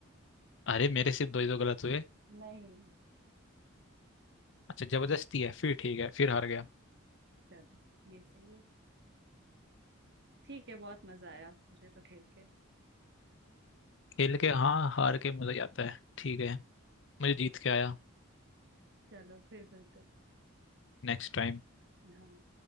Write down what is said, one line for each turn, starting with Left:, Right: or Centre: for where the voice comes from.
Left: अरे मेरे सिर्फ दो ही तो गलत हुए
Right: नहीं
Left: अच्छा जबरदस्ती है फिर ठीक है फिर हार गया
Right: चलो ये सही है ठीक है बहुत मजा आया मुझे तो खेल के
Left: खेल के हाँ हार के मजा ही आता है ठीक है मुझे जीत के आया
Right: चलो फिर मिलते हैं
Left: Next time
Right: हाँ